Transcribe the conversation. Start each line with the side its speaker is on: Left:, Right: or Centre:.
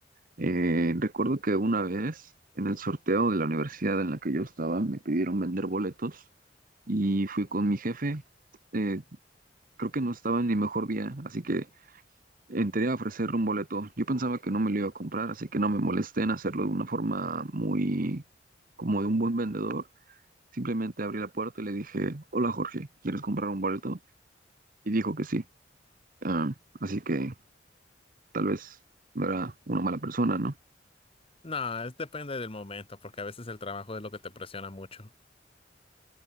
Right: Eh, recuerdo que una vez en el sorteo de la universidad en la que yo estaba me pidieron vender boletos y fui con mi jefe. Eh, creo que no estaba en mi mejor día, así que entré a ofrecerle un boleto. Yo pensaba que no me lo iba a comprar, así que no me molesté en hacerlo de una forma muy como de un buen vendedor. Simplemente abrí la puerta y le dije, hola Jorge, ¿quieres comprar un boleto? Y dijo que sí. Ah, así que tal vez no era una mala persona, ¿no?
Left: No, es depende del momento, porque a veces el trabajo es lo que te presiona mucho,